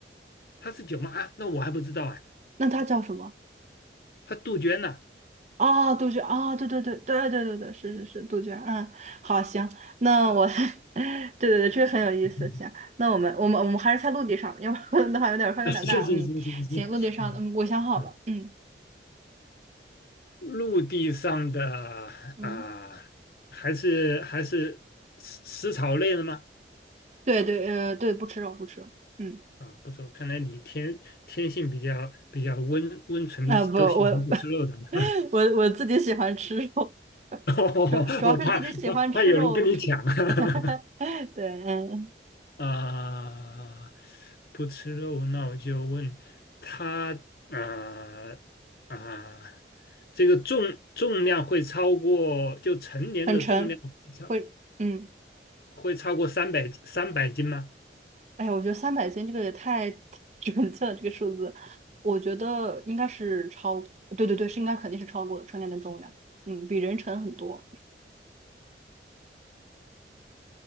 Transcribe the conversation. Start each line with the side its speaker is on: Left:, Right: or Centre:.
Left: 它是九妈啊那我还不知道啊，
Right: 那它叫什么？
Left: 它杜鹃呢、
Right: 哦，杜鹃，哦，对对对对对对对，是是是，杜鹃，嗯，好，行，那我，<laughs> 对对对，这个很有意思，
Left: <laughs>
Right: 行，那我们我们我们还是在陆地上，要不然 <laughs> 的话有点儿范围有点儿大，
Left: 谢谢谢谢行，
Right: 嗯，行，陆地上，
Left: 嗯
Right: 嗯，我想好了，
Left: <laughs>
Right: 嗯
Left: 陆地上的
Right: 嗯，
Left: 啊，还是还是食食草类的吗？
Right: 对对，呃，对，不吃肉，不吃肉，嗯，
Left: 啊，不错，看来你天天性比较比较温温存，
Right: 啊、不，
Left: 都喜欢不吃肉的嘛。
Right: 我 <laughs> 我我自己喜欢吃肉，
Left: <laughs>
Right: <laughs> 主主要是自己喜欢吃肉，
Left: 我怕怕怕有人跟你抢 <laughs>
Right: <laughs> 对，嗯，
Left: 啊！不吃肉，那我就问他啊啊，这个重重量会超过就成年的重量会超
Right: 很沉，会，嗯。
Left: 会超过三百三百斤吗？
Right: 哎呀，我觉得三百斤这个也太 <laughs> 准确了，这个数字，我觉得应该是超，对对对，是应该肯定是超过了成年的重量，嗯，比人沉很多